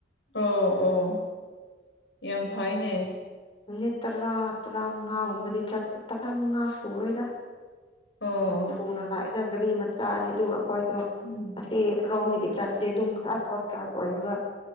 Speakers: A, on the left; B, on the left.
A: ꯑꯣ ꯑꯣ ꯌꯥꯝ ꯐꯩꯅꯦ
B: ꯃꯤꯅꯠ ꯇꯔꯥ ꯇꯔꯥꯃꯉꯥꯒꯨꯝꯕꯗꯤꯄ ꯆꯠ ꯇꯔꯥ ꯃꯉꯥ ꯁꯨꯔꯣꯏꯗ
A: ꯑꯣ
B: ꯌꯥꯝ ꯊꯨꯅ ꯂꯥꯛꯏꯅ ꯒꯥꯔꯤ ꯃꯆꯥꯅꯤ ꯑꯗꯨꯒ ꯑꯩꯈꯣꯏꯗꯣ
A: ꯎꯝ
B: ꯑꯁꯤ ꯔꯣꯝꯗꯒꯤ ꯆꯠꯂꯤꯦ ꯑꯗꯨꯝ ꯈꯔ ꯁꯣꯔꯠ ꯀꯥꯠ ꯑꯣꯏꯕ